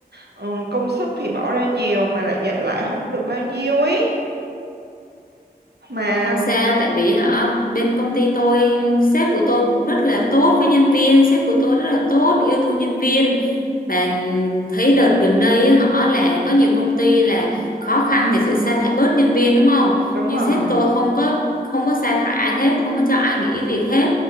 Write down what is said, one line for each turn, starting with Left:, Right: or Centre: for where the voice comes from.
Right: ờ, công sức thì bỏ ra nhiều mà lại nhận lại không được bao nhiêu ấy mà
Left: Không sao, tại vì hả bên công ty tôi, sếp của tôi cũng rất là tốt với nhân viên, sếp của tôi rất là tốt, yêu thương nhân viên. Và thấy đợt gần đây á, họ là có nhiều công ty là khó khăn thì sẽ sa thải bớt nhân viên đúng không?
Right: đúng
Left: Nhưng
Right: rồi
Left: sếp tôi không có không có sa thải ai hết, không có cho ai nghỉ việc hết.